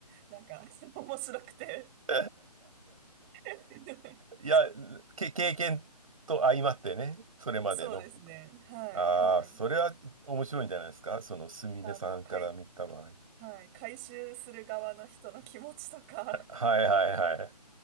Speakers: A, on the right (about 15°); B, on the right (about 55°).
A: なんか、<laughs> 面白くて。
B: <laughs>
A: <laughs>
B: いや、け、経験と相まってね、それまでの。
A: そうですね。はい、
B: ああ、
A: はい。
B: それは面白いんじゃないですかそのすみれさんから見た場合。
A: あの、回、はい、回収する側の人の気持ちとか、
B: はいはいはい。